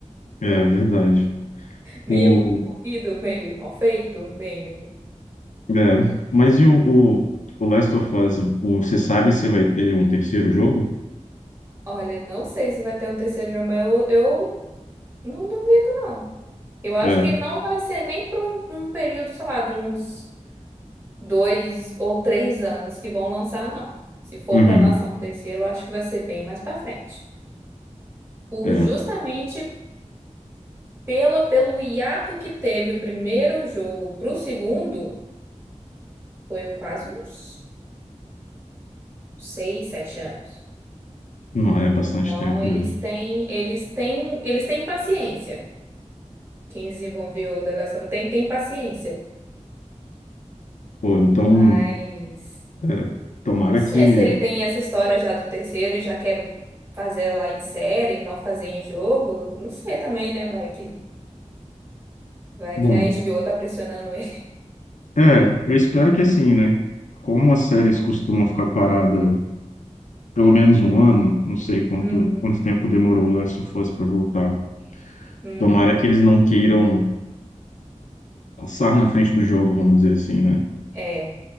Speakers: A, on the left; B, on the right.
A: é verdade.
B: Meio
A: O,
B: corrido, meio mal feito, meio.
A: é, mas e o, o, o Last of Us, o, você sabe se vai ter um terceiro jogo?
B: Olha, não sei se vai ter um terceiro jogo, mas eu, eu não duvido, não. Eu acho
A: É,
B: que não vai ser nem para um, um período, sei lá, de uns dois ou três anos que vão lançar, não. Se for
A: uhum,
B: para lançar um terceiro, eu acho que vai ser bem mais para frente por
A: é,
B: justamente Pelo, pelo hiato que teve o primeiro jogo pro segundo, foi quase uns seis, sete anos.
A: não, é bastante
B: Então
A: tempo
B: eles
A: mesmo.
B: têm, eles têm, eles têm paciência. Quem desenvolveu o The Last of Us tem, tem paciência.
A: Pô, então,
B: Mas
A: é, tomara
B: não sei
A: que.
B: se ele tem essa história já do terceiro e já quer fazer ela em série e não fazer em jogo. Não sei também, né? Vai que, vai
A: Bom,
B: que a HBO tá pressionando ele. <laughs>
A: É, eu espero que assim, né? Como as séries costumam ficar parada pelo menos um ano, não sei quanto,
B: Uhum,
A: quanto tempo demorou o Last of Us para voltar.
B: uhum.
A: Tomara que eles não queiram passar na frente do jogo, vamos dizer assim, né?
B: É.